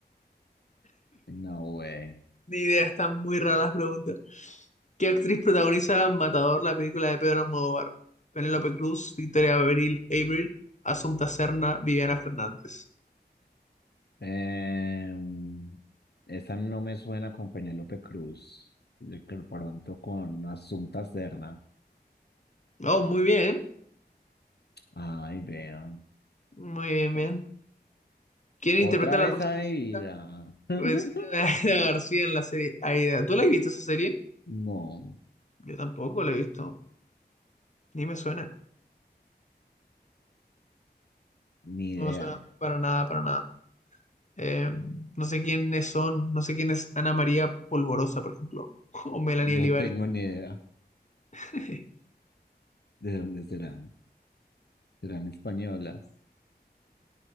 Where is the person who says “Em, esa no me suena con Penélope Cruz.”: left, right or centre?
Left